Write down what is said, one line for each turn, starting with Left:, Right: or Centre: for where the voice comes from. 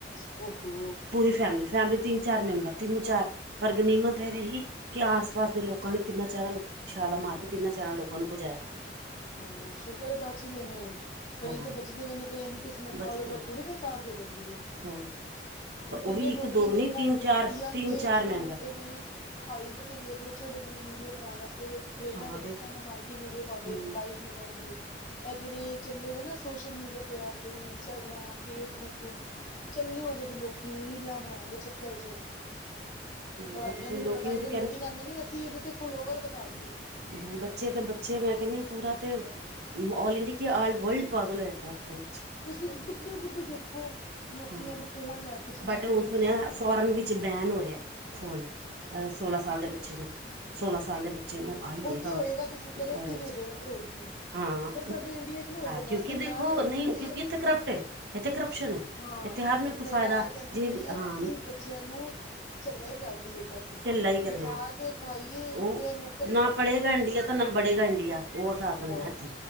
Left: ਓਹੋ
Right: ਪੂਰੀ ਫੈਮਲੀ-ਫੈਮਲੀ ਤਿੰਨ ਚਾਰ ਮੈਂਬਰ ਤਿੰਨ ਚਾਰ ਪਰ ਗਨੀਮਤ ਇਹ ਰਹੀ ਕਿ ਆਸ ਪਾਸ ਦੇ ਲੋਕ ਲੋਕਾਂ ਨੇ ਤਿੰਨਾਂ ਚਾਰਾਂ ਨੂੰ ਛਾਲਾਂ ਮਾਰ ਕੇ ਤਿੰਨਾਂ ਚਾਰਾਂ ਲੋਕਾਂ ਨੂੰ ਬਚਾਇਆ।
Left: ਹਾਂ ਸ਼ੁਕਰ ਏ ਬੱਚ ਗੇ ਨੇ ਕਈ
Right: ਹਾਂ
Left: ਦੇ ਬੱਚਦੇ ਵੀ ਨਹੀਂ ਕਈਆਂ ਦੀ ਕਿਸਮਤ
Right: ਬਚਦੇ
Left: ਹਰ ਵਾਰ
Right: ਹੀ ਨੇ
Left: ਥੋੜੀ ਨਾ ਸਾਥ ਦੇ ਦਿੰਦੀ ਏ।
Right: ਹਾਂ
Left: ਹੁਣ
Right: ਉਹ
Left: ਕਿੰਨੇ
Right: ਵੀ
Left: ਲੋਕੀ
Right: ਇੱਕ ਦੋ
Left: ਦੇਖੋ
Right: ਨੀ ਤਿੰਨ ਚਾਰ
Left: ਯੰਗ
Right: ਤਿੰਨ
Left: ਏਜ
Right: ਚਾਰ
Left: ਦੇ
Right: ਮੈਂਬਰ
Left: ਮੁੰਡੇ ਨੇ। ਹਾਈਵੇ ਤੇ ਵੇਖ ਲੋ ਚੜ ਦੇ ਨੇ ਵੀਡੀਓ ਬਣਾਣ ਅਸਤੇ ਵੇ ਟ੍ਰੇਨਾਂ
Right: ਹਾਂ
Left: ਵਿਚ
Right: ਦੇਖ
Left: ਸਟੰਟ ਮਾਰ ਕੇ ਵੀਡੀਓ ਪਾਂਦੇ
Right: ਹੂੰ
Left: ਨੇ ਲਾਈ ਮਿਲਣਗੇ ਇਹ ਜਿਹੜੇ ਚੱਲੇ ਦੇ ਨਾ ਸੋਸ਼ਲ ਮੀਡੀਆ ਤੇ ਐਪ ਜਿਹੜੇ ਇੰਸਟਾਗ੍ਰਾਮ ਫੇਸਬੁਕ ਝੱਲੇ ਹੋਗੇ ਜੇ ਲੋਕੀ ਰੀਲਾਂ ਬਣਾਣ ਦੇ ਚੱਕਰ 'ਚ
Right: ਹਾਂਜੀ
Left: ਪੜ੍ਹਾਈਆਂ
Right: ਕੁਛ
Left: ਦੇ
Right: ਲੋਕੀ
Left: ਨੀ ਪਤਾ ਅੱਜ-ਕੱਲ
Right: ਤੇ
Left: ਲੋਕੀ ਕਹਿੰਦੇ ਨੇ ਅਸੀਂ ਇਹਦੇ ਤੇ ਫਲੋਵਰ ਵਧਾ ਦੀਏ।
Right: ਹੂੰ ਬੱਚੇ ਤੇ ਬੱਚੇ ਮੈਂ ਕਹਿੰਨੀ ਪੂਰਾ ਤੇ ਔਲ ਇੰਡੀਆ ਕਿ ਆਲ ਵਰਲਡ ਪਾਗਲ ਹੋਇਆ ਪਿਆ 'ਚ
Left: ਤੁਸੀਂ ਬੁੱਢੇ-ਬੁੱਢੇ ਦੇਖੋ ਲੋਕੀ
Right: ਹਾਂ
Left: ਐਨ ਫੋਨ ਲੈ ਕੇ ਚਲਾਉਂਦੇ
Right: ਬਟ ਹੁਣ
Left: ਪਏ ਨੇ
Right: ਸੁਣਿਆ ਫੋਰਨ ਵਿੱਚ ਬੈਨ ਹੋ ਰਿਹਾ ਹੈ ਫੋਨ ਅਹ ਸੋਲਾਂ ਸਾਲ ਦੇ ਬੱਚੇ ਨੂੰ ਸੋਲਾਂ ਸਾਲ ਦੇ ਬੱਚੇ ਨੂੰ ਆਈ
Left: ਉਥੇ
Right: ਹੈ ਖ਼ਬਰ
Left: ਹੋਏਗਾ ਤੇ ਸ਼ੁਕਰ
Right: ਕਿ
Left: ਏ
Right: ਫੋਰਨ
Left: ਇਥੇ ਵੀ
Right: ਚ
Left: ਹੋ ਜਾਏਗਾ ਫਿਰ ਹੋਰ ਕੀ
Right: ਹਾਂ
Left: ਪਰ ਸਾਡੇ ਇੰਡੀਆ 'ਚ ਨਹੀਂ ਹੋ ਸਕਦਾ
Right: ਕਿਉਂਕਿ
Left: ਸਰਕਾਰ
Right: ਦੇਖੋ
Left: ਸਾਡੀ
Right: ਨਹੀਂ
Left: ਕਹਿੰਦੀ
Right: ਕਿਉਂਕਿ
Left: ਹੈ।
Right: ਇੱਥੇ ਕਰਪਟ ਹੈ ਇੱਥੇ ਕਰਪਸ਼ਨ ਹੈ
Left: ਹਾਂ
Right: ਇੱਥੇ ਹਰ ਨੂੰ ਇੱਕ
Left: ਸਰਕਾਰ
Right: ਫਾਇਦਾ
Left: ਕਹਿੰਦੀ
Right: ਜੇ
Left: ਵੀ ਇਹ
Right: ਹਾਂ
Left: ਅਸੀ ਬ ਬੱਚਿਆਂ ਨੂੰ ਝੱਲਾ ਈ ਕਰਦੀ ਏ ਬਸ
Right: ਢਿੱਲਾ ਹੀ ਕਰਨਾ
Left: ਬਿਠਾ
Right: ਹੈ
Left: ਕੇ ਖਵਾਈਏ
Right: ਉਹ
Left: ਤੇ ਇਹ ਨੂੰ
Right: ਨਾ ਪੜ੍ਹੇਗਾ ਇੰਡੀਆ ਤੇ ਨਾ ਬੜੇਗਾ ਇੰਡੀਆ ਉਹ ਹਿਸਾਬ ਬਣਾ
Left: ਬਸ
Right: ਐਥੇ